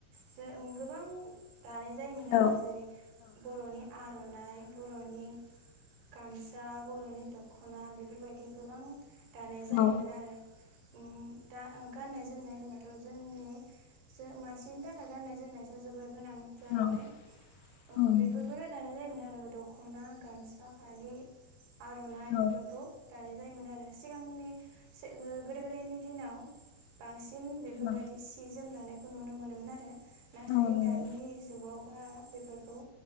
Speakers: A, on the right (about 80°); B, on the left (about 85°).
A: जोओं गोबां दानाय जायोमोन
B: औ
A: आरो जेरै बर'नि आर'नाइ बर'नि गामसा बर'नि दख'ना बेफोरबायदि गोबां दानाय जायोमोन
B: औ
A: आरो उम दा गाननाय जोमनाय होनबाथ' जोंनि जो मानसिनि थाखाय गाननाय जोमनायाथ जोबोर गोनां जाहैबाय
B: औ
A: ओ
B: औ
A: बेफोरखौनो दानाय जायोमोन आरो दख'ना गामसा फालि आर'नाइ
B: औ
A: बेफोरखौ दानाय जायोमोन आरो सिगांनि फिस ओ गोदो गोदायनि दिनाव बांसिन बेफोरबायदि
B: औ
A: सि जोम दानायखौ नुनो मोनोमोन आरो नाथाय
B: औ नंगौ
A: दानि जुगाव बा बेफोरखौ